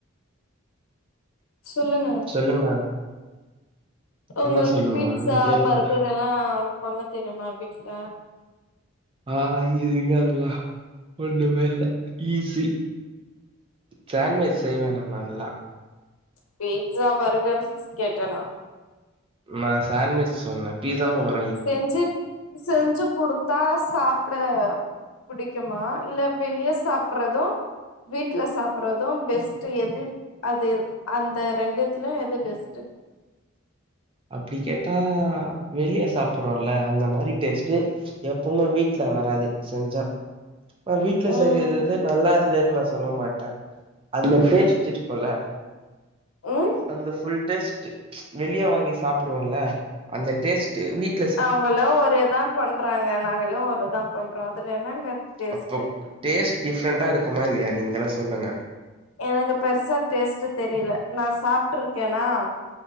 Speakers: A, on the left (about 80°); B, on the right (about 25°).
A: சொல்லுங்க
B: சொல்லுங்க
A: உங்களுக்
B: என்ன சொல்லணும்?
A: பீ்ட்ஸா
B: ஏதாவது கேளுங்க.
A: பர்கர் எல்லா பண்ண தெரிய்மா வீட்ல
B: ஆ இதுங்க அதுலா ஒண்ணுமே இல்ல ஈசி சேண்ட்வெஜ் செய்வே நா நல்லா
A: பீட்ஸா பர்கர்ன்னுட் ஸ் கேட்ட நா
B: நா சாண்வெஜ் சொன்ன பீஸாவு வ
A: செஞ்சுப் செஞ்சு குடுத்தா சாப்ட புடிக்குமா இல்ல வெளிய சாப்புறதோ வீட்ல சாப்புறதோ பெஸ்ட்டு எது அது அந்த ரெண்டுத்துல எது பெஸ்ட்டு
B: அப்டி கேட்டா வெளியோ சாப்புறோல்ல அந்த மாரி டேஸ் டு எப்பவுமே வீட்ல வராது செஞ்சா அ வீட்ல
A: ம்
B: செய்றதுத நல்லார் இல்லேனு நா சொல்ல மாட்டே அதுல டேஸ்ட்டு இருக்குல்ல
A: ம்
B: அந்த ஃபுல் டேஸ்ட்டு வெளிய வாங்கி சாப்டுவோல்ல அந்த டேஸ்ட் வீட்
A: அவுங்களா ஒரேத்தா பண்றாங்க நாங்களு ஒருதா பண்றோ அதுல என்னங்க டேஸ்ட்டு
B: அப்பொப் டேஸ்ட் டிஃப்ரெண்டா இருக்குமா இல்லையா நீங்கல்லா சொல்லுங்க
A: எனக்கு பெர்சா டேஸ்ட்ட் தெரியில நா சாப்பனட்டுருக்கேனா